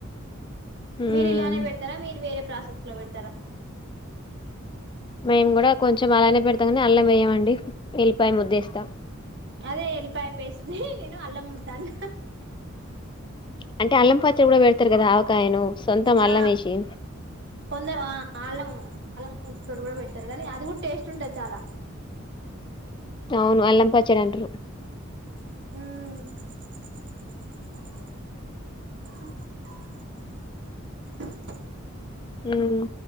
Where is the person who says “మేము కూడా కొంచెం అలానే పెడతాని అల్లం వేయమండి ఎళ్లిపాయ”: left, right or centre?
Left